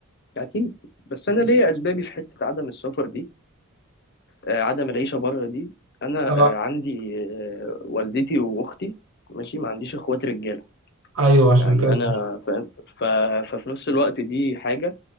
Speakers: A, on the left; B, on the right.
A: اكيد بس انا ليا اسبابي في حته عدم السفر دي آه، عدم العيشة بره دي أنا
B: اه
A: آه، عندي آه، والدتي وأختي ماشي ما عنديش إخوات رجالة
B: ايوه عشان
A: يعني
B: كده
A: أنا فاهم ف... ففي نفس الوقت دي حاجة